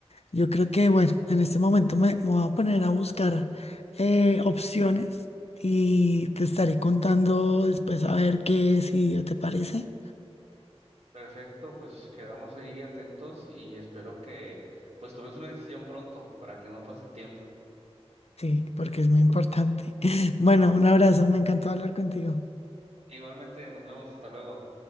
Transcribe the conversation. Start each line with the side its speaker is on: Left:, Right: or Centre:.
Left: Yo creo que, bueno, en este momento me, me voy a poner a buscar eh, opciones y te estaré contando después a ver qué decidió, ¿te parece?
Right: Perfecto, pues quedamos ahí atentos y espero que pues tomes una decisión pronto para que no pase el tiempo.
Left: Sí, porque es muy importante. <laughs> Bueno, un abrazo, me encantó hablar contigo.
Right: Igualmente, nos vemos, hasta luego.